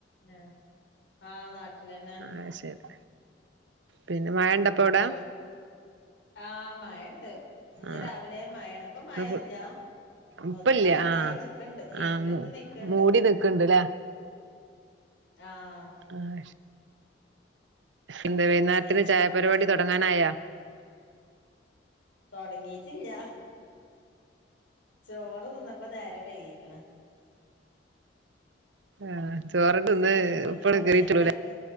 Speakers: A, on the left; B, on the right.
A: ആഹ് ആഹ് നാട്ടിലെന്നെ
B: ആഹ് ശരി പിന്നെ മഴ ഇണ്ടപ്പ
A: ഉം
B: അവിടെ
A: ചോ ആ മഴണ്ട് ഇന്ന്
B: ആഹ്
A: രാവിലേ മഴയാണ് ഇപ്പം മഴല്ലാ
B: ന്ന് ഫു ഇപ്പല്ല
A: ഒന്നുങ്ങനെ ഇതായി
B: ആഹ്
A: നിക്ക്‌ണ്ട് ഇരുട്ടുത്തി
B: ആഹ്
A: നിക്കുണ്ട്
B: മൂടി നിക്ക്ണ്ട്ല്ലേ
A: ആഹ്
B: ആഹ് ശ
A: നല്ല
B: എന്ത് വൈനാരത്തിന്
A: മയക്കാറല്ല
B: ചായപരിപാടി
A: ഇതില്ണ്ട്
B: തുടങ്ങാനായാ
A: തുടങ്ങീട്ടില്ല ചോറ് തിന്നപ്പ നേരം വൈകീക്ണ്
B: ആഹ് ചോറ് തിന്ന്
A: അപ്പൊ ഇനി
B: ഉപ്പട്
A: കൊറച്ചഴിഞ്ഞിട്ട്
B: കേറിട്ടുള്ളൂല